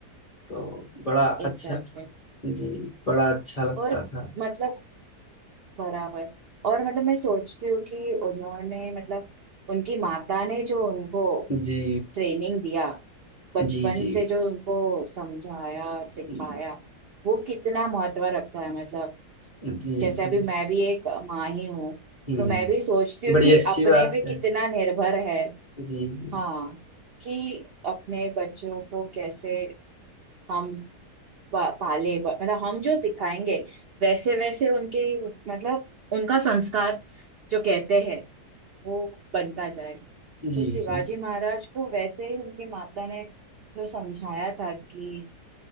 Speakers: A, on the left; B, on the right.
A: तो बड़ा
B: एग्जैक्टली
A: अच्छा जी बड़ा अच्छा लगता
B: और
A: था
B: मतलब बराबर और मतलब मैं सोचती हूँ कि उन्होंने मतलब उनकी माता ने जो उनको
A: जी
B: ट्रेनिंग दिया बचपन
A: जी जी
B: से जो उनको समझाया सिखाया
A: जी
B: वो कितना महत्व रखता है मतलब
A: जी
B: जैसे
A: जी
B: अभी मैं भी एक माँ ही हूँ
A: हम्म
B: तो मैं भी सोचती हूँ
A: बड़ी
B: कि
A: अच्छी
B: अपने
A: बात
B: पे
A: है
B: कितना निर्भर है
A: जी जी
B: हाँ कि अपने बच्चों को कैसे हम पा, पाले ब- मतलब हम जो सिखाएंगे वैसे वैसे उनके मतलब उनका संस्कार जो कहते हैं वो बनता जाएगा
A: जी
B: तो शिवाजी
A: जी
B: महाराज को वैसे ही उनकी माता ने जो समझाया था कि